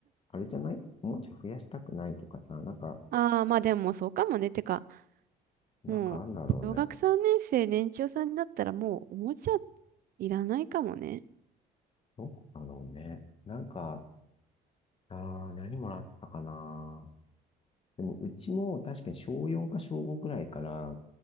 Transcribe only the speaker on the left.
あれじゃないもうちょい増やしたくないとかさ、なんか、
なんかあんだろうね。
どこだろうね。なんか、あー、何もらってたかな。でも、うちも確かに小4か小5くらいから、